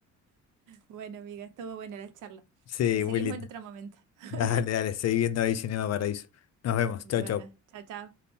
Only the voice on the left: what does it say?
Sí,
muy linda.
Dale, dale, seguí viendo ahí Cinema Paraíso. Nos vemos.
Chau, chau.